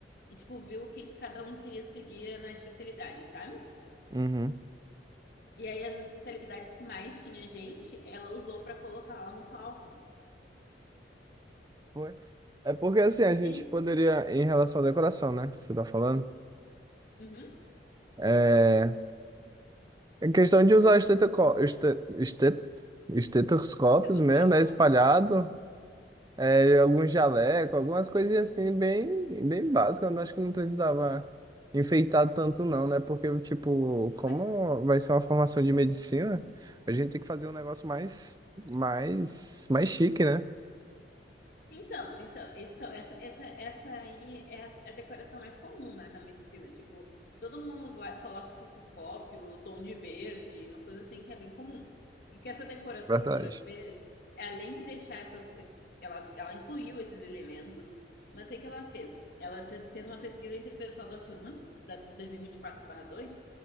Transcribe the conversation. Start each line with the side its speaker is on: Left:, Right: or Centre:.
Left: e, tipo, viu o que que cada um queria seguir na especialidade, sabe?
Right: uhum.
Left: E aí as especialidades que mais tinha gente, ela usou pra colocar lá no palco.
Right: Foi. É porque assim, a gente
Left: Isso.
Right: poderia, em relação à decoração, né? que Você tá falando.
Left: Uhum.
Right: É, é questão de usar estetoscó- este- este- estetoscópios
Left: Estetoscópio?
Right: mesmo, né? Espalhado. É, algum jaleco, algumas coisinhas assim, bem, bem básicas. Eu acho que não precisava enfeitar tanto, não, né? Porque, tipo, como
Left: Pois é.
Right: vai ser uma formação de medicina, a gente tem que fazer um negócio mais, mais, mais chique, né?
Left: Então, então, esse- então, essa, essa, essa aí é a, é a decoração mais comum, né, na medicina. Tipo, todo mundo vai, coloca o cistoscópio, tom de verde, umas coisas assim que é bem comum. E o que essa decoradora
Right: Verdade.
Left: fez, é, além de deixar essas, esses- ela, ela incluiu esses elementos, mas o que que ela fez? Ela pes- fez uma pesquisa entre o pessoal da turma, da, de 2024-2,